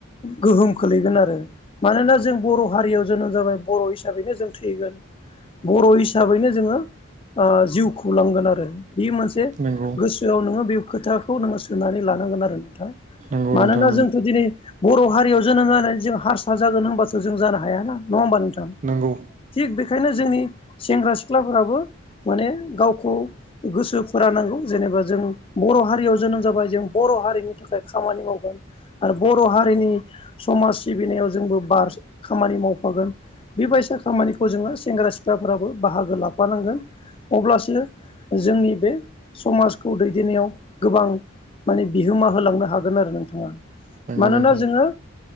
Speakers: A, on the left; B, on the right.
A: गोहोम खोलैगोन आरो। मानोना जों बर' हारियाव जोनोम जाबाय बर' हिसाबैनो जों थैगोन बर' हिसा हिसाबैनो जोङो जिउ खुंलांगोन आरो बे मोनसे
B: नंगौ।
A: आव नोङो बे खोथाखौ नोङो सोननानै लानांगोन आरो नोंथां
B: नंगौ नंगौ
A: मानोना
B: नोंथां
A: जोंथ' दिनै बर' हारियाव जोनोम जानानै जों हारसा जागोन होनबाथ' जों जानो हाया नङा होमबा नोंथां।
B: नोंगौ।
A: थिग बेखायनो जोंनि सेंग्रा सिख्लाफोराबो माने गावखौ गोसो फोरानांगौ जेनेबा जों बर' हारियाव जोनोम जाबाय जों बर' हारिनि थाखाय खामानि मावगोन आरो बर' हारिनि समाज सिबिनायाव जोंबो बार खामानि मावफागोन। बेबायसा खामानिफोरखौ जोङो सेंग्रा सिख्लाफोराबो बाहागो लाफानांगोन। अब्लासो जोंनि बे समाज - खौ दैदेननायाव गोबां माने बिहोमा होलांनो हागोन आरो नोंथाङा।
B: नंगौ
A: मानोना
B: नोंथां
A: जोङो